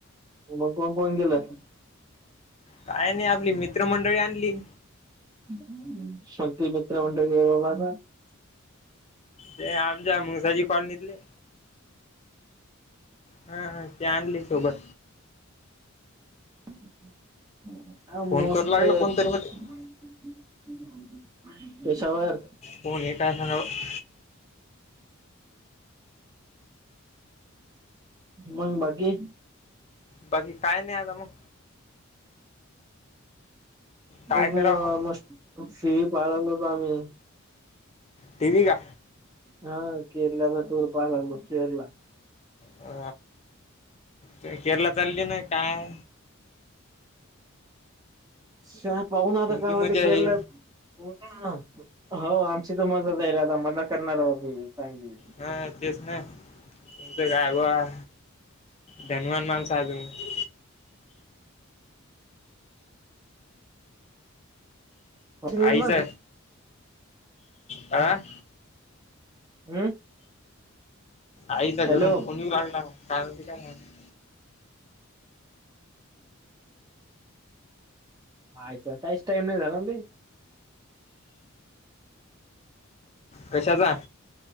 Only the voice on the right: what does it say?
मग कोण- कोण गेलं?
<unintelligible> मित्र मंडळीय बाबा आता.
<unintelligible>
<unintelligible> कशावर?
मंग, बाकी.
<unintelligible>
आम्ही.
हा केरल्या टूर <unintelligible> केरला.
<unintelligible> पाहून आता
का
<unintelligible> ते केरल्यात.
<unintelligible> हो, आमची तर मजाचय र आता मजा करणार होत चांगली.
होंगम
हम्म
हॅलो
झाले मायच त्याच टाइम नाही झाला नाई